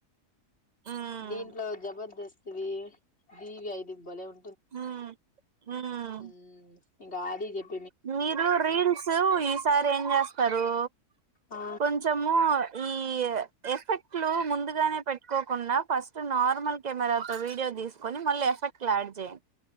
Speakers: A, on the right (about 75°); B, on the left (about 45°).
A: ఉమ్
B: దీంట్లో జబర్దస్త్ దివియి దబలే ఉ
A: ఉమ్ ఉమ్
B: ఉమ్ గాడి చెప్
A: మీరు రీల్స్ ఈసారి ఏం చేస్తారు
B: ఆ
A: కొంచము ఈ ఎఫెక్ట్లు ముందుగానే పెట్టుకో కుండ ఫస్ట్ నార్మల్ కెమెరాతో వీడియో తీసుకొని మళ్ళీ ఎఫెక్ట్ యాడ్ చేయండి